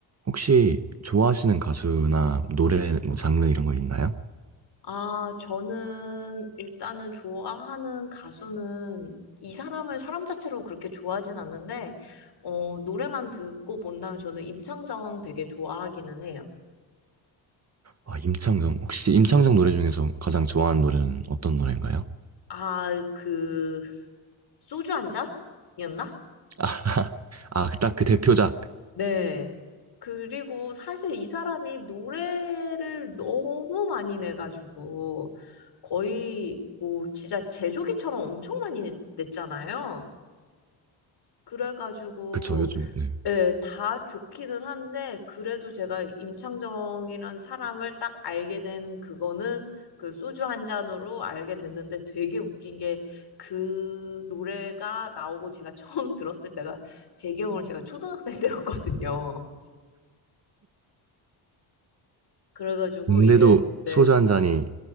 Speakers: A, on the right; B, on the left.
A: 혹시 좋아하시는 가수나 노래 뭐 장르 이런 거 있나요?
B: 아, 저는 일단은 좋아하는 가수는 이 사람을 사람 자체로 그렇게 좋아하진 않는데, 어, 노래만 듣고 본다면 저는 임창정 되게 좋아하기는 해요.
A: 아, 임창정. 혹시 임창정 노래 중에서 가장 좋아하는 노래는 어떤 노래인가요?
B: 아, 그, 소주 한 잔이었나?
A: <laughs> 아, 아, 딱 그 대표작.
B: 네. 그리고 사실 이 사람이 노래를 너무 많이 내가지고 거의 뭐 진짜 제조기처럼 엄청 많이 냈잖아요. 그래가지고
A: 그쵸, 요즘. 네.
B: 예, 다 좋기는 한데 그래도 제가 임창정이라는 사람을 딱 알게 된 그거는 그 소주 한 잔으로 알게 됐는데 되게 웃긴 게 그 노래가 나오고 제가 <laughs> 처음 들었을 때가 제 기억으로 제가 초등학생 때였거든요. 그래가지고
A: 근데도
B: 이게 내
A: 소주 한 잔이